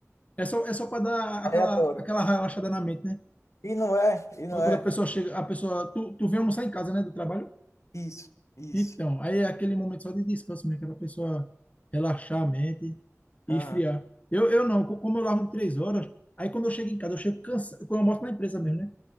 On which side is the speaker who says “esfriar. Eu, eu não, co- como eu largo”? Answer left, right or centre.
Left